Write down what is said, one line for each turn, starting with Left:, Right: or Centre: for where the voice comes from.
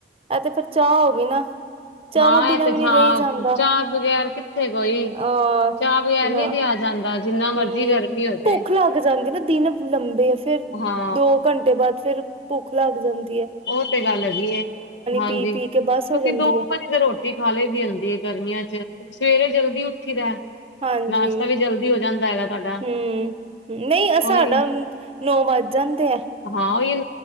Right: ਇਹ ਤੇ ਫਿਰ ਚਾਹ ਹੋ ਗਈ ਨਾ। ਚਾਹਵਾਂ
Left: ਹਾਂ,
Right: ਬਿਨਾਂ
Left: ਇਹ ਤੇ
Right: ਵੀ
Left: ਚਾਹ-ਚਾਜ
Right: ਨੀ ਰਹੀ ਜਾਂਦਾ
Left: ਵਗੈਰ ਕਿਥੇ- ਕਿਥੇ ਕੋਈ
Right: ਅਹ
Left: ਚਾਹ ਬਗੈਰ
Right: ਨਾ
Left: ਨੀ ਰਿਹਾ ਜਾਂਦਾ। ਜਿੰਨਾ ਮਰਜੀ
Right: ਹੂੰ,
Left: ਗਰਮੀ ਹੋਜੇ।
Right: ਭੁੱਖ ਲੱਗ ਜਾਂਦੀ ਨਾ ਦਿਨ ਲੰਬੇ- ਫਿਰ
Left: ਹਾਂ
Right: ਦੋ ਘੰਟੇ ਬਾਅਦ। ਫਿਰ ਭੁੱਖ ਲੱਗ ਜਾਂਦੀ ਆ।
Left: ਉਹ ਤੇ ਗੱਲ ਹੈਗੀ ਹੈ ਹਾਂਜੀ,
Right: ਪੀ-ਪੀ
Left: ਕਿਉਂਕਿ
Right: ਕੇ ਬਸ ਹੋ ਜਾਂਦੀ
Left: ਦੋ
Right: ਐ,
Left: ਵਜੇ ਤਾਂ ਰੋਟੀ ਖਾ ਲਈ ਦੀ ਜਾਂਦੀ ਗਰਮੀਆਂ ਚ ਸਵੇਰੇ ਜਲਦੀ ਉੱਠ- ਉੱਠੀ ਦਾ।
Right: ਹਾਂਜੀ,
Left: ਨਾਸ਼ਤਾ ਵੀ ਜਲਦੀ ਹੋ ਜਾਂਦਾ ਹੈਗਾ ਤੁਹਾਡਾ
Right: ਹੂ ਨਹੀਂ।
Left: ਉਹੀ
Right: ਸਾਡਾ ਨੌ ਵੱਜ ਜਾਂਦੇ ਹੈ।
Left: ਹਾਂ, ਇਹ